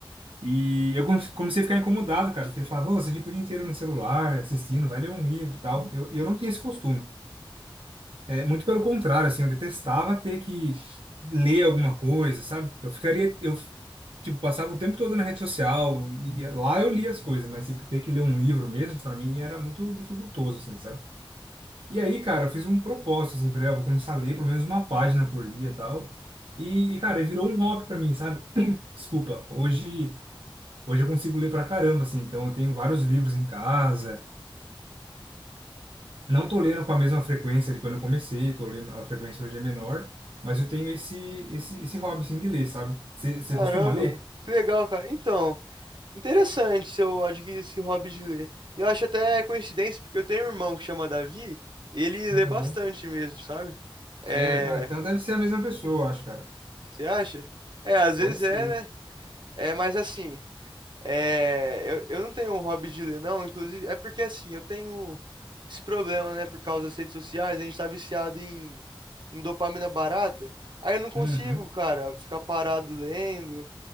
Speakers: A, on the right (about 75°); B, on the right (about 60°).
A: E eu come- comecei a ficar incomodado, cara, porque ele falava, "Ô, você fica o dia inteiro no celular, assistindo, vai ler um livro e tal. Eu, eu não tinha esse costume. É, muito pelo contrário, assim, eu detestava ter que ler alguma coisa, sabe? Eu ficaria, eu, tipo, passava o tempo todo na rede social e lá eu lia as coisas, mas, tipo, ter que ler um livro mesmo, para mim, era muito dificultoso, assim, sabe? E aí, cara, eu fiz um propósito, assim, falei, ah, vou começar a ler pelo menos uma página por dia e tal. E, e, cara, virou um hobby para mim, sabe? Desculpa, hoje, hoje eu consigo ler pra caramba, assim, então eu tenho vários livros em casa, Não tô lendo com a mesma frequência de quando eu comecei, tô lendo, a frequência hoje é menor, mas eu tenho esse, esse, esse hobby, assim, de ler, sabe? Você você
B: Caramba,
A: costuma ler?
B: que legal, cara. Então. Interessante se eu adquirir esse hobby de ler. Eu acho até coincidência, porque eu tenho um irmão que chama Davi, e ele lê
A: Aham.
B: bastante mesmo, sabe?
A: Sério?
B: É,
A: Ah, então deve ser a mesma pessoa, eu acho, cara.
B: você acha? É, às vezes
A: Pode ser.
B: é, né? É, mas assim, é, eu, eu não tenho um hobby de ler, não. Inclusive, é porque assim, eu tenho esse problema, né? Por causa das redes sociais, a gente tá viciado em, em dopamina barata. Aí eu não consigo,
A: Uhum,
B: cara, ficar parado lendo.